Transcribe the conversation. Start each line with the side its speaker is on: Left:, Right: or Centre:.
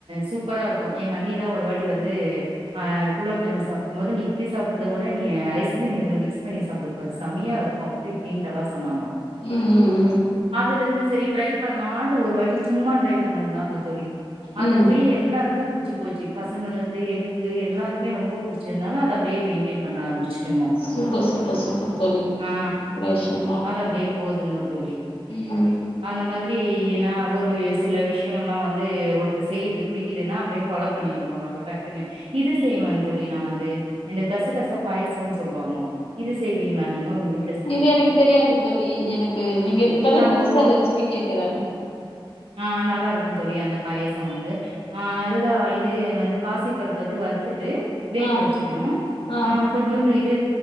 Right: சூப்பரா இருக்கும் எங்க அண்ணிதா ஒரு வாட்டி வந்து அ குலாப் ஜாமுன் சாப்டும்போது நீ இப்டி சாப்டுறத விட நீ ஐஸ்கிரீம் இதுல மிக்ஸ் பண்ணி சாப்ட்டு பாரு செம்மயா இருக்கும் அப்டி இப்டின்டுலா சொன்னாங்கோ
Left: ம் ம்
Right: அதுல இருந்து சரி ட்ரை பண்லான்ட்டு ஒரு வாட்டி சும்மா ட்ரை பண்ணதுதாங்க தோழி அது
Left: ம்
Right: அப்டியே
Left: ம்
Right: எல்லாருக்குமே புடிச்சு போச்சு பசங்கள்லந்து எனக்கு எல்லாருக்குமே ரொம்ப புடிச்சனால அது அப்டியே மெயின்டெயின் பண்ண ஆரம்புச்சுட்டோங்க
Left: சூப்பர் சூப்பர் சூப்பர் தோழி
Right: அ
Left: நல்ல விஷயந்தா
Right: அது அப்டியே போதுங்க தோழி
Left: ம்
Right: அந்த மாதிரி எநா ஒரு சில விஷ்யோ லா வந்து ஒருத்தர் செய்து புடிக்குதுனா அப்டியே ஃபாலோ பண்ணிடுவோ நாங்க டக்குன்னு இது செய்வே தோழி நா வந்து இந்த கச கச பாயசம்னு சொல்லுவாங்கோ இது செய்வீங்களா நீங்க உங்க வீட்டு
Left: இது எனக்கு தெரியாது தோழி எனக்கு நீங்க இப்பதா
Right: நம்போ
Left: புதுசா ரெசிபி கேக்குறே
Right: அ நல்லா இருக்கு தோழி அந்த பாயசோ வந்து அ அதுதா இது வந்து பாசி பருப்பு வந்து வறுத்துட்டு வேக
Left: ஆ
Right: வச்சுக்கணு
Left: ஆ
Right: அ கொஞ்சுண்டு இது